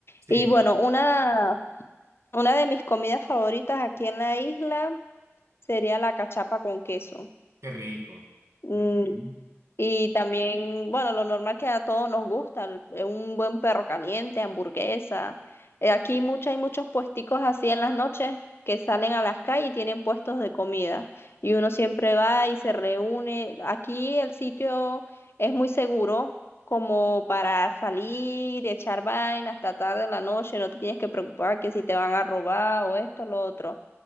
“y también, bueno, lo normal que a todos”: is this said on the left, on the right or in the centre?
Left